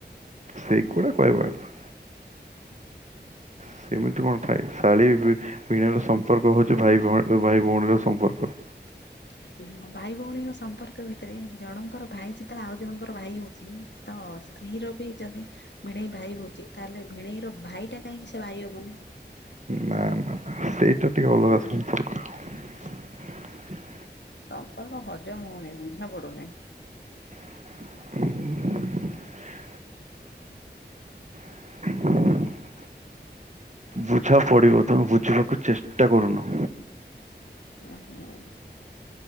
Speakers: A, on the right; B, on the left.
A: ସେଗୁଡା କହିବା କଥା। ସେମିତି କଣ ଥାଏ ଶାଳୀ ଭି ଭିଣେଇର ସମ୍ପର୍କ ହଉଛି ଭାଇ ଭଉଣର ଭାଇ ଭଉଣୀର ସମ୍ପର୍କ।
B: <inaudible> ଭାଇ ଭଉଣୀଙ୍କ ସମ୍ପର୍କ ଭିତରେ ଜଣଙ୍କର ଭାଇ ଯେତେବେଳେ ଆଉ ଜଣଙ୍କର ଭାଇ ହଉଛି ତ ସ୍ତ୍ରୀ ର ବି ଯଦି ଭିଣେଇ ଭାଇ ହଉଛି ତାହେଲେ ଭିଣେଇ ର ଭାଇ ଟା କାହିଁକି ସେ ଭାଇ ହବନି।
A: ନା ନା ସେଇଟା ଟିକେ ଅଲଗା ସମ୍ପର୍କରେ।
B: ସମ୍ପର୍କ ହଜମ ହଉନି ବୁଝା ପଡୁନି।
A: <unintelligible> <inaudible> ବୁଝା ପଡିବ ତମେ ବୁଝିବାକୁ ଚେଷ୍ଟା କରୁନ।
B: ହୁଁ ହୁଁ।